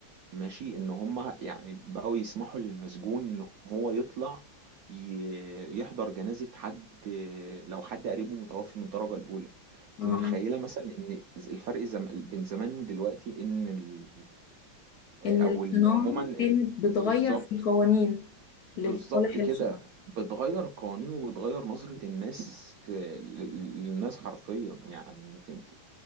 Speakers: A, on the right; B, on the left.
A: ماشي ان هم يعني بقوا يسمحوا للمسجون ان هو يطلع ي- يحضر جنازة حد لو حد قريبه متوفي من الدرجة الأولى انت
B: اه
A: متخيلة مثلا ان الفرق زم... بين زمان ودلوقتي ان ال... او
B: إن الصناعة
A: ال- عموما ال...
B: كانت بتغير
A: بالظبط
B: في القوانين
A: بالظبط
B: لصالح
A: كده
B: الشعب
A: بتغير القوانين وبتغير نظرة الناس آه، ل- للناس حرفيا يعني انت انت